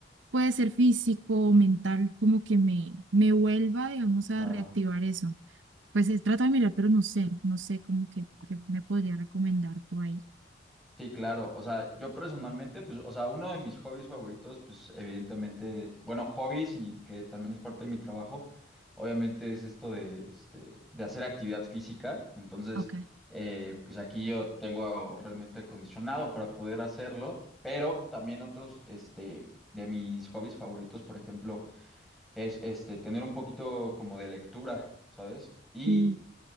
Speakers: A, on the right; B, in the centre.
A: puede ser físico o mental, como que me, me vuelva, digamos, a
B: claro.
A: reactivar eso. Pues eh, trato de mirar, pero no sé, no sé como que, que me podría recomendar tú ahí.
B: Sí, claro. O sea, yo personalmente, pues, o sea, uno de mis hobbies favoritos, pues, evidentemente, bueno, hobbies y que también es parte de mi trabajo, obviamente es esto de, este, de hacer actividad física. Entonces,
A: Ok.
B: eh, pues aquí yo tengo realmente acondicionado para poder hacerlo, pero también otros, este, de mis hobbies favoritos, por ejemplo, es, este, tener un poquito como de lectura, ¿sabes? Y
A: Mm,